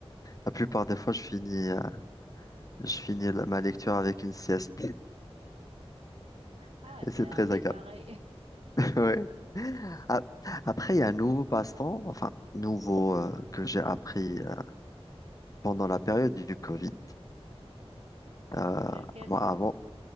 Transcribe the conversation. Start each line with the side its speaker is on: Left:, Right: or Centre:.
Left: la plupart des fois, je finis, euh, je finis la- ma lecture avec une sieste.
Right: Ah,
Left: Et
Right: ben,
Left: c'est très
Right: on est
Left: agréable.
Right: pareil. <laughs>
Left: <laughs> Ouais. A- Après, il y a un nouveau passe-temps, enfin, nouveau euh, que j'ai appris euh, pendant la période du Covid. Euh,
Right: C'est lequel?
Left: moi, avant,